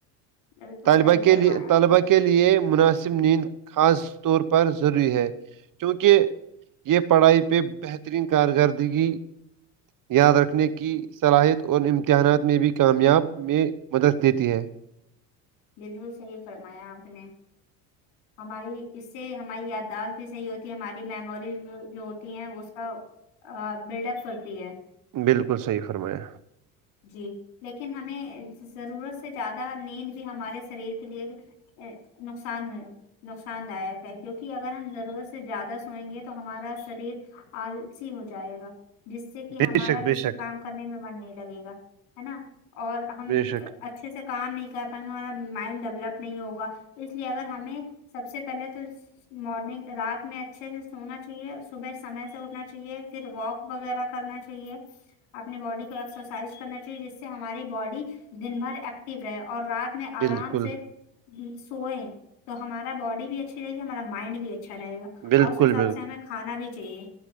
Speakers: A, on the left; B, on the right.
A: بالکل
B: طلبہ
A: صحیح
B: کے
A: فرمایا
B: لیے طلبا
A: آپ نے
B: کے لیے یہ مناسب نیند خاص طور پر ضروری ہے کیونکہ یہ پڑھائی پہ بہترین کارکردگی یاد رکھنے کی صلاحیت اور امتحانات میں بھی کامیاب میں مدد دیتی ہے
A: بالکل صحیح فرمایا آپ نے ہماری اس سے ہماری یادداشت بھی صحیح ہوتی ہے ہماری میموریز بھی جو ہوتی ہیں اس کا بلڈ اپ کرتی ہے
B: بالکل صحیح فرمایا
A: جی لیکن ہمیں ضرورت سے زیادہ نیند بھی ہمارے شریر کے لیے نقصان ہے نقصان داک ہے کیونکہ اگر ہم ضرورت سے زیادہ سوئیں گے تو ہمارا شریر آلسی ہو جائے گا جس سے کہ
B: بے
A: ہمارا
B: شک بے
A: کسی
B: شک
A: کام کرنے میں من نہیں لگے گا ہے نا اور ہم
B: بے شک
A: اچ اچھے سے کام نہیں کر پائیں گے ہمارا مائنڈ ڈیولپ نہیں ہوگا اس لیے اگر ہمیں سب سے پہلے تو مارننگ رات میں اچھے سے سونا چاہیے صبح سمے سے اٹنا چاہیے پھر واک وغیرہ کرنا چاہیے اپنی باڈی ایکسرسائز کرنا چاہیے جس سے ہماری باڈی دن بھر ایکٹو رہے اور رات اس میں
B: بالکل
A: آرام سے سوئیں تو ہمارا باڈی بھی اچھی رہے گی ہمارا مائنڈ بھی اچھا رہے گا
B: بالکل
A: اور اس حساب
B: بالکل
A: سے ہمیں کھانا بھی چاہیے